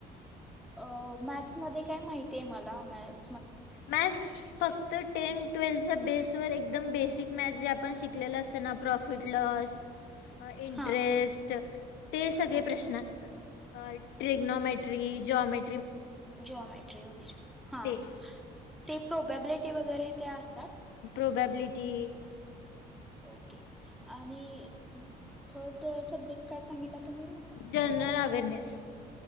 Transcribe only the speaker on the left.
मॅथ्स फक्त टेन ट्वेल्च्या बेस वर एकदम बेसिक मॅथ्स जे आपण शिकले असते ना प्रोफ फिट लॉस इंटरेस्ट
ते सगळे
प्रश्न असतात. अ ट्रेग्नॉमॅट्री जॉमे
ते
प्रोबॅबलिटी
जनरल व्हेरी नाईस